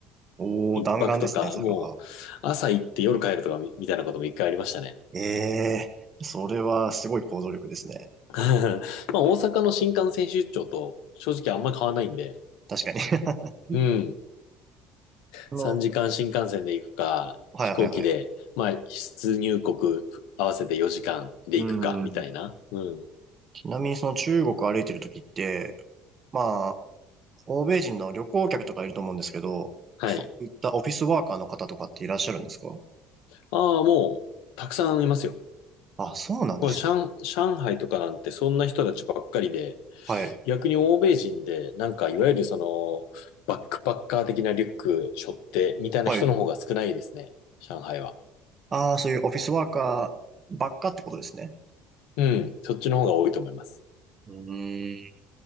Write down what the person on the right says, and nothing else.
おー、
弾丸ですね、それは。
ええそれはすごい行動力ですね。
確かに。<laughs>
あの、
はいはいはい。
うん。
ちなみにその中国歩いてる時って、まあ、欧米人の旅行客とかいると思うんですけど、
そういったオフィスワーカーの方とかっていらっしゃるんですか
あ、そうなんですね。
はい。
はい。
ああ、そういうオフィスワーカーばっかってことですね。
うーん。